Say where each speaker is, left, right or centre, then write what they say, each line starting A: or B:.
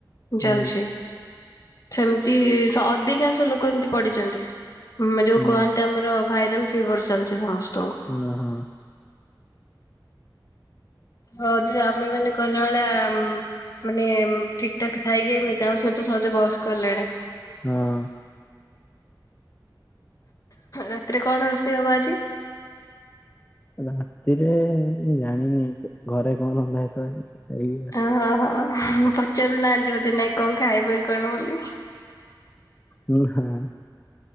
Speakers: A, on the left; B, on the left.
A: ଚାଲଛି।
B: ଏଇ
A: ସେମିତି ଅଧିକାଂଶ ଲୋକ ଏମତି ପଡିଛନ୍ତି। ଉମ ଯୋଉ
B: ହୁଁ
A: କୁହନ୍ତି ଆମର ଭାଇରାଲ ଫିଭର ଚାଲିଛି ସମସ୍ତଙ୍କୁ।
B: ହୁଁ ହୁଁ।
A: ହଉ ଯେ ଆମେ ମାନେ କହିଲା ଭଳିଆ ଉମ ମାନେ ଉମ ଠିକ ଠାକ୍ ଥାଇକି ଏମିତି ଆଉ ସେ ତ ସହଜେ ବୟସ୍କ ହେଲେଣି।
B: ହଁ।
A: ରାତିରେ କଣ ରୋଷେଇ ହବ ଆଜି?
B: ରାତିରେ ମୁଁ ଜାଣିନି ତ ଘରେ କଣ ରନ୍ଧା ହେଇଥିବ ଆଜି ଖାଇିକି
A: ହଁ ହଁ। ପଚାରୁ ନାହାନ୍ତି ବୋଧେ ନାଇଁ କଣ ଖାଇବ କି କଣ ବୋଲି?
B: ହୁଁ ହାଁ।